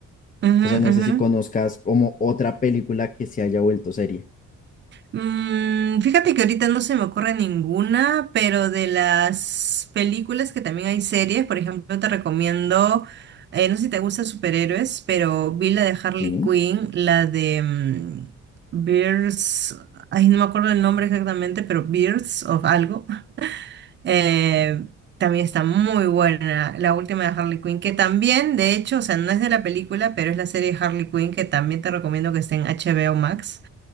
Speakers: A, on the right; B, on the left.
A: ujú,
B: Entonces,
A: ujú,
B: no
A: ujú.
B: sé si conozcas como otra película que se haya vuelto serie.
A: Mm, fíjate que ahorita no se me ocurre ninguna, pero de las películas que también hay series, por ejemplo, te recomiendo, eh, no sé si te gustan superhéroes, pero vi la de Harley
B: Sí.
A: Quinn, la de mm, Birds, ay, no me acuerdo el nombre exactamente, pero Birds o algo. eh, también está muy buena la última de Harley Quinn, que también, de hecho, o sea, no es de la película, pero es la serie de Harley Quinn, que también te recomiendo que esté en HBO Max